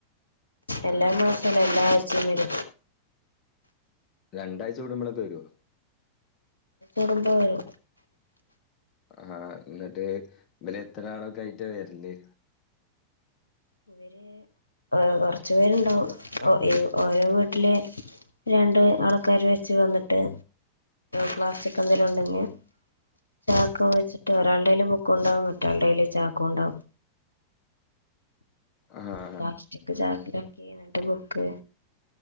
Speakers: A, on the left; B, on the left.
A: ആഹ്
B: എല്ലാ മാസ എല്ലാ ആഴ്ചയും വരും
A: രണ്ടാഴ്ച കടുമ്പോളൊക്കെ വരുോ
B: ഉണ്ടരുമ്പോ വരും
A: ആഹ എന്നിട്ട് ഇല എത്ര ആളൊക്കെ ആയിട്ടാ വരല്ലേ
B: ഇ കൊറച്ചു പേരുണ്ടാവും ഓരോ വീട്ടില് രണ്ട് ആൾക്കാാര് വെച്ച് വന്നിട്ട് പ്ലാസ്റ്റിക് എന്തേലും ഉണ്ടെങ്കിൽ ചാക്ക വെച്ചിട്ട് ഒരാളുടെേലും മുക്കുണ്ടാവും മറ്റളടേയിും ചാക്ക ഉണ്ടാവും
A: ആഹ്
B: പ്ലാസ്റ്റിക് ചാക്കല ഒക്കെിട്ട് ബുക്ക്